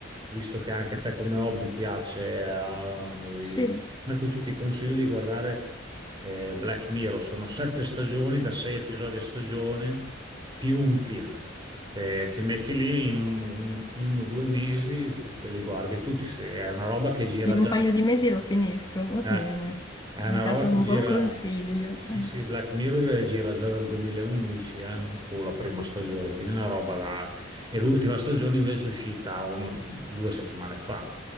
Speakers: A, on the right (about 25°); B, on the left (about 20°).
A: visto che anche a te come hobby piace, eh,
B: sì,
A: il- ma tu, tu ti consiglio di guardare eh, Black Mirror sono sette stagioni da sei episodi a stagione più un film. Eh, ti metti lì in un- un- uno o due mesi, te, te li guardi tutti. se- È una roba che gira
B: in
A: già.
B: un paio di mesi lo finisco, va
A: eh,
B: bene.
A: è
B: Mi
A: una
B: hai dato
A: roba che
B: un
A: gira.
B: buon consiglio.
A: Sì,
B: eh.
A: sì, Black Mirror gira già dal 2011, eh, Fu la prima stagione, quindi una roba da... E l'ultima stagione invece è uscita uno- due settimane fa,